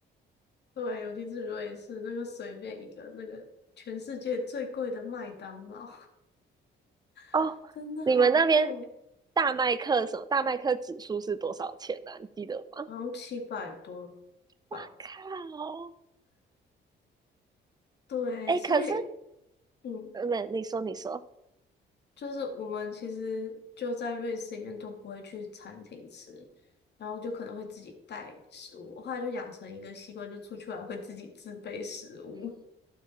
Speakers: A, on the left; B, on the right.
A: <laughs> 对，尤其是瑞士那个随便一个那个全世界最贵的麦当劳，
B: 哦。
A: <laughs> 真的好贵。
B: 你们那边大麦克什么？大麦克指数是多少钱呢、啊你记得吗？
A: 好像七百多吧。
B: 哇靠！
A: 对，
B: 哎，
A: 所以
B: 可是，
A: 嗯，
B: 没，你说，你说，
A: 就是我们其实就在瑞士里面都不会去餐厅吃，然后就可能会自己带食物。我后来就养成一个习惯，就出去玩我会自己自备食物。